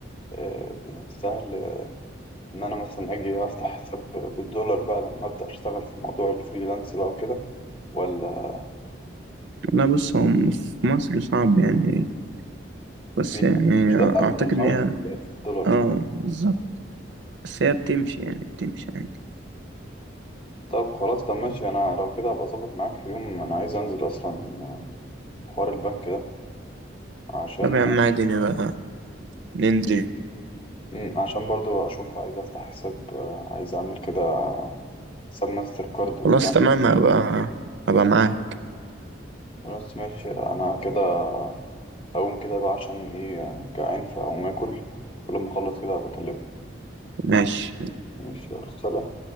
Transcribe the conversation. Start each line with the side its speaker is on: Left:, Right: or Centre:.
Left: آه، سهل إن أنا مثلا أجي أفتح حساب بالدولار بقى لما أبدأ أشتغل في موضوع الفريلانس بقى وكده ولا
Right: لا بص هو م- في مصر صعب يعني بس
Left: بيدقق-
Right: يعني
Left: بيدققوا
Right: اعتقد
Left: هم
Right: ان
Left: أوي
Right: هي
Left: في ال- في الدولار
Right: اه
Left: وكده
Right: بالظبط بس هي بتمشي يعني بتمشي عادي
Left: طب خلاص طب ماشي أنا لو كده هبقى أظبط معاك في يوم أنا عايز أنزل أصلا آه، حوار البنك ده عشان
Right: طب يا عم عادي نبقى ننزل
Left: مم، عشان برضو أشوف عايز أفتح حساب آه، عايز أعمل كده حساب ماستر كارد وبتاع
Right: خلاص تمام هبقى هبقى معاك
Left: خلاص ماشي أنا كده هقوم كده بقى عشان إيه آه، جعان فهقوم آكل ولما أخلص كده هبقى أكلمك
Right: ماشي
Left: ماشي يلا، سلام